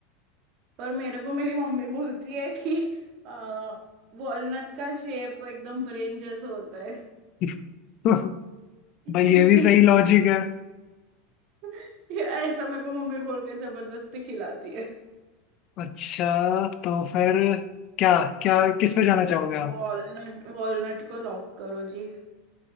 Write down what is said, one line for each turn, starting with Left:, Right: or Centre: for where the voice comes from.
Right: पर मेरे को मेरी मम्मी बोलती है कि आ, वॉलनट का शेप एकदम ब्रेन जैसा होता है
Left: <laughs> भाई
Right: इसलिए
Left: ये भी सही लॉजिक है
Right: <laughs> ये ऐसा मेरे को मम्मी बोल के जबरदस्ती खिलाती है
Left: अच्छा तो फिर क्या क्या किस पे जाना चाहोगे
Right: वॉलनट
Left: आप
Right: वॉलनट को लॉक करो जी